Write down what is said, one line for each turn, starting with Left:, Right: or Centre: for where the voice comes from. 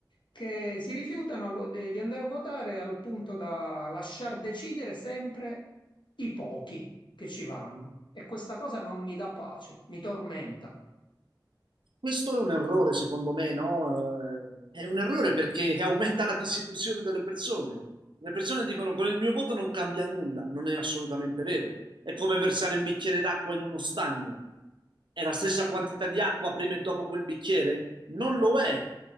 Left: che si rifiutano lo- de- di andare a votare al punto da lasciar decidere sempre i pochi che ci vanno. E questa cosa non mi dà pace, mi tormenta.
Right: Questo è un errore, secondo me, no? Eh, È un errore perché <laughs> aumenta la disillusione delle persone. Le persone dicono con il mio voto non cambia nulla, non è assolutamente vero. È come versare un bicchiere d'acqua in uno stagno. È la stessa quantità di acqua prima e dopo quel bicchiere? Non lo è,